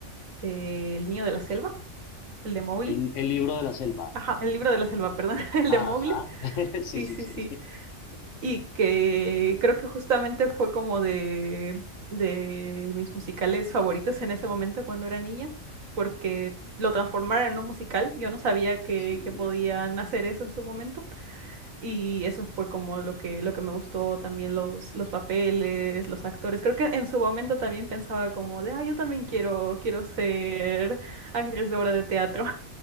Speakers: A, on the right; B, on the left.
A: eh, El Niño de la Selva, el de Mowgli.
B: El, el libro de la selva.
A: Ajá, el libro de la selva, perdón, <laughs> el
B: Ajá,
A: de Mowgli.
B: <laughs> sí,
A: Sí,
B: sí,
A: sí,
B: sí.
A: sí. y que creo que justamente fue como de, de mis musicales favoritos en ese momento cuando era niña, porque lo transformaron en un musical. Yo no sabía que,
B: Sí.
A: que podían hacer eso en su momento y eso fue como lo que, lo que me gustó, también los, los papeles, los actores. Creo que en su momento también pensaba como de, ah, yo también quiero, quiero ser actriz de obra de teatro.